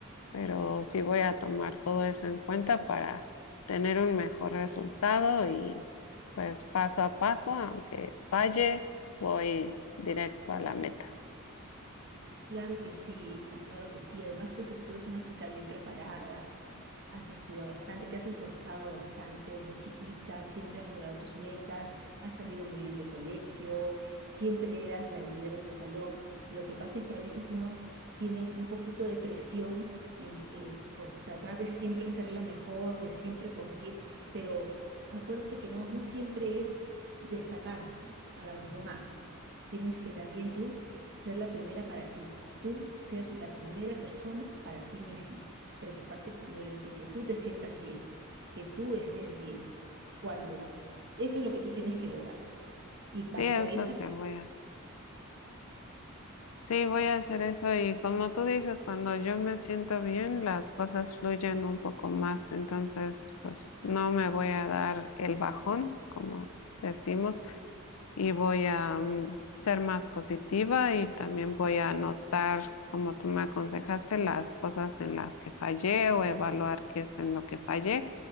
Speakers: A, on the left; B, on the right.
A: pero sí voy a tomar todo eso en cuenta para tener un mejor resultado y pues paso a paso, aunque falle, voy directo a la meta.
B: Claro que sí, Isa, claro que sí. Además, tú, tú eres una chica bien preparada, has estudiado bastante, te has esforzado bastante desde chiquita, siempre has logrado tus metas, has salido muy bien en el colegio, siempre eras la líder de tu salón. Lo que pasa es que a veces uno tiene un poquito de presión en, eh, por tratar de siempre ser la mejor, de siempre conseguir, pero acuérdate que no, no siempre es destacarse para los demás. Tienes que también tú ser la primera para ti, tú ser la primera persona para ti misma preocuparte primero en ti, que tú te sientas bien, que tú estés bien. Cuando eso es lo que tú tienes que lograr. Y
A: Sí,
B: bajo
A: es
B: esa
A: lo
B: parte,
A: que voy a hacer. Sí, voy a hacer eso y como tú dices, cuando yo me siento bien, las cosas fluyen un poco más, entonces pues no me voy a dar el bajón, como decimos, y voy a mm, ser más positiva y también voy a anotar, como tú me aconsejaste, las cosas en las que fallé o evaluar qué es en lo que fallé